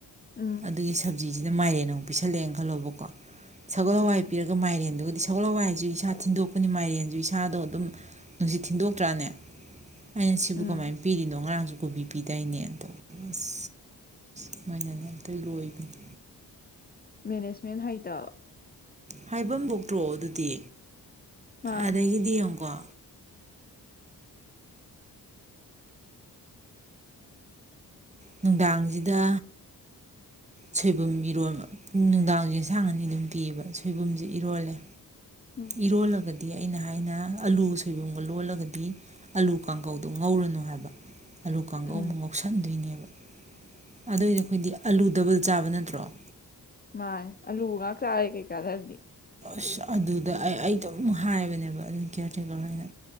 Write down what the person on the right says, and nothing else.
ꯑꯗꯨꯒꯤ ꯁꯕ ꯁꯖꯤꯁꯤꯗ ꯃꯥꯏꯔꯦꯟꯅ ꯑꯃꯨꯛ ꯄꯤꯁꯜꯂꯛꯑꯦꯅ ꯈꯜꯂꯣꯕꯀꯣ ꯁꯒꯣꯜ ꯍꯋꯥꯏ
ꯄꯤꯔꯒ ꯃꯥꯏꯔꯦꯟꯗꯨꯒ ꯁꯒꯣꯛꯂꯋꯥꯏ ꯍꯥꯏꯁꯨ ꯏꯁꯥ ꯊꯤꯟꯗꯣꯛꯄꯅꯤ ꯃꯥꯏꯔꯦꯟꯁꯨ ꯏꯁꯥꯗꯣ ꯑꯗꯨꯝ ꯅꯨꯡꯁꯤꯠ ꯊꯤꯟꯗꯣꯛꯇ꯭ꯔꯥꯅꯦ ꯑꯩꯅ ꯁꯤꯕꯨ
ꯀꯃꯥꯏ ꯄꯤꯔꯤꯅꯣ ꯉꯔꯥꯡꯁꯨ ꯀꯣꯕꯤ ꯄꯤꯗꯥꯏꯅꯦ ꯇꯧꯕ ꯑꯁ ꯁꯨꯃꯥꯏꯅꯅꯦ ꯑꯝꯇ ꯂꯣꯏꯕꯅꯤ
ꯍꯥꯏꯐꯝ ꯕꯣꯛꯇ꯭ꯔꯣ ꯑꯗꯨꯗꯤ
ꯑꯗꯒꯤꯗꯤ ꯌꯦꯡꯉꯀꯣ ꯅꯨꯡꯗꯥꯡꯁꯤꯗ ꯁꯣꯏꯕꯨꯝ ꯏꯔꯣꯕ ꯅꯨꯡꯗꯥꯡꯁꯦꯟꯁꯥꯡ ꯑꯅꯤ ꯑꯗꯨꯝ ꯄꯤꯕ ꯁꯣꯏꯕꯨꯝꯁꯦ ꯏꯔꯣꯜꯂꯦ
ꯏꯔꯣꯜꯂꯥꯒꯗꯤ ꯗꯤ ꯑꯩꯅ ꯍꯥꯏꯅ ꯑꯂꯨ ꯁꯣꯏꯕꯨꯝꯒ ꯂꯣꯜꯂꯒꯗꯤ ꯑꯂꯨ ꯀꯥꯡꯈꯧꯗꯣ ꯉꯧꯔꯅꯨ ꯍꯥꯏꯕ ꯑꯥꯂꯨ ꯀꯥꯡꯒꯧ
ꯑꯃꯨꯛ ꯉꯧꯁꯟꯗꯣꯏꯅꯦꯕ ꯑꯗꯨꯏꯗꯤ ꯑꯩꯈꯣꯏꯗꯤ ꯑꯥꯂꯨ ꯗꯕꯜ ꯆꯥꯕ ꯅꯠꯇ꯭ꯔꯣ
ꯑꯁ ꯑꯗꯨꯗ ꯑꯩ ꯑꯩ ꯑꯗꯨꯝ ꯍꯥꯏꯕꯅꯦꯕ ꯑꯗꯨꯝ ꯀꯤꯌꯔ ꯇꯦꯀꯔꯅ